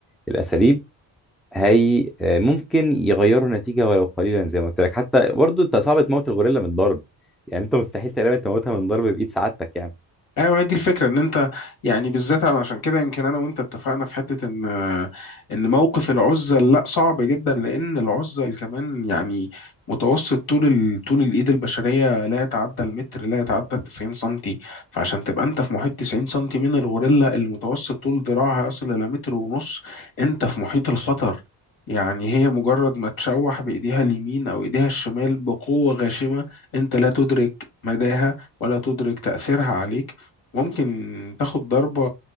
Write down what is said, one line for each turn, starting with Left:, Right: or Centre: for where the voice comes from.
Centre: الاساليب هي آه، ممكن يغيروا النتيجة ولو قليلا زي ما قلت لك حتى برضو انت صعب تموت الغوريلا من ضرب يعني انت مستحيل تقريبا تموتها من ضرب بإيد سعادتك يعني
Left: ايوه هي دي الفكره ان انت يعني بالذات انا عشان كده يمكن انا وانت اتفقنا في حته ان ان موقف العزل لا صعب جدا لان العزل كمان يعني متوسط طول ال... طول الايد البشريه لا يتعدى المتر لا يتعدى 90 سنتي فعشان تبقى انت في محيط 90 سنتي من الغوريلا اللي متوسط طول ذراعها يصل الى متر ونص انت في محيط الخطر يعني هي مجرد ما تشوح بإيديها اليمين أو إيديها الشمال بقوة غاشمة أنت لا تدرك مداها ولا تدرك تأثيرها عليك ممكن تاخد ضربة